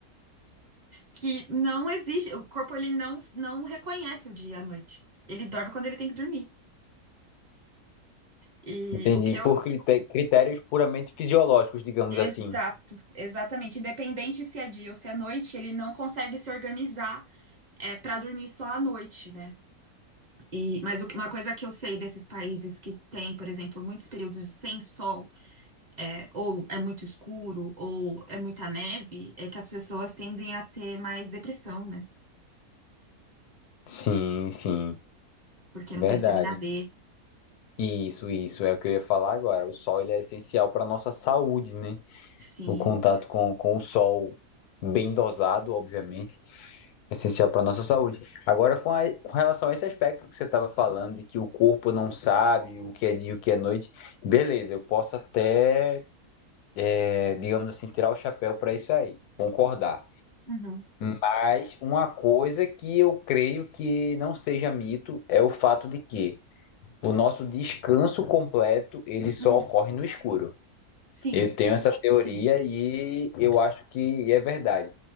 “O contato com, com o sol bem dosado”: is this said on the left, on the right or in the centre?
Left